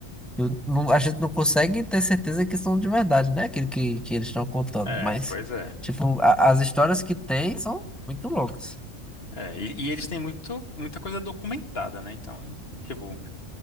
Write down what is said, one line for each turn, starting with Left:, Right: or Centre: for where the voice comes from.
Centre: Eu não- a gente não consegue ter certeza que são de verdade, né? Aquilo que, que eles estão contando.
Left: É,
Centre: Mas,
Left: pois é.
Centre: tipo, a- as histórias que tem são muito loucas.
Left: É, e, e eles têm muito, muita coisa documentada, né? Então, tipo,